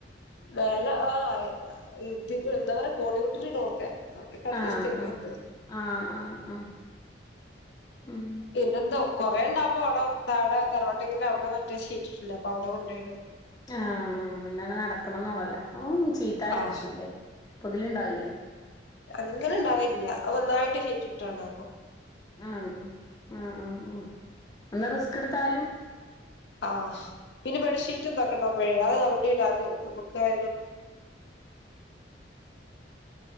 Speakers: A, on the left; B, on the left.
A: മേലെ ആഹ് ഇത് ഇതെന്താ പറയാ <unintelligible> അഡ്ജസ്റ്റ്
B: ആഹ്
A: ചെയ്താണ്ട്
B: അഹ് ആഹ് ആഹ് ആഹ് ഉം
A: ഇന്നെന്തോ കൊറേ ഇണ്ടാവുമ്പോ അവടെ താഴെ തറവാട്ടെങ്കില് അവടെ മറ്റേ ശീറ്റിട്ട്ണ്ട് അപ്പൊ അവടെ കൊണ്ടയിടും.
B: ആഹ് അന്നന്നെ നടക്കണന്നൊള്ളല്ലോ <unintelligible> ചീത്താലർച്ചൂലെ
A: ആഹ്
B: പൊതില്ണ്ടാവില്ലേ
A: അങ്ങനെ ഇണ്ടാവില്ല്യ അഒന്നായിട്ട് ശീറ്റ്ട്ടാണ്
B: ആഹ് ആഹ് ആഹ് ആഹ് ഒന്ന് റിസ്ക് ട്ത്താലും
A: ആഹ് പിന്നെ ബെഡ്ഷീറ്റ് തൊക്കണ്ടാകുമ്പഴേ അഅ് എവ്ടീടാല് നമക്കായാലും